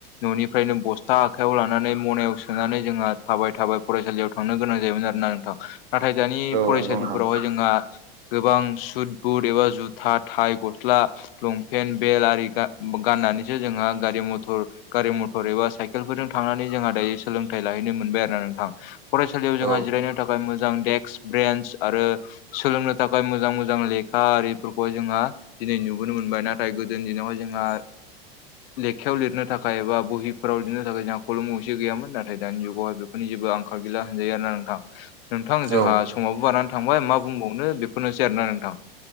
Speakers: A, on the left; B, on the right.
A: न'निफ्रायनो बस्था आखायाव लानानै मनायाव सोनानै जोंहा थाबाय थाबाय फरायसालियाव थांनो गोनां जायोमोन आरो ना नोंथां। नाथाय दानि
B: औ
A: फरायसालिफोरावहाय
B: नंगौ नोंथां
A: जोंहा गोबां सुद बुद एबा जुथा, थाय, गस्ला लंपेन्ट बेल आरि गा-गाननानैसो जोंहा गारि मथर गारि मथर एबा साइकेलफोरजों थांनानै जोंहा दायो सोलोंथाइ लाहैनो मोनबाय आरो ना नोंथां। फरायसालियाव जोंहा
B: औ
A: जिरायनो थाखाय मोजां देक्स ब्रेन्स आरो सोलोंनो थाखाय मोजां मोजां लेखा आरिफोरखौहाय जोंहा दिनै नुबोनो मोनबाय नाथाय गोदोनि दिनावहाय जोंहा लेखायाव लिरनो थाखाय एबा बहिफ्राव लिरनो थाखाय जोंहा खलम गंसे गैयामोन। नाथाय दानि जुगावहाय बेफ फोरनि जेबो आंखार गैला होनजायो आरो ना नोंथां। थां जोंहा
B: औ
A: समाबो बारनानै थांबाय मा बुंबावनो बेफोरनोसै आरोना नोंथां।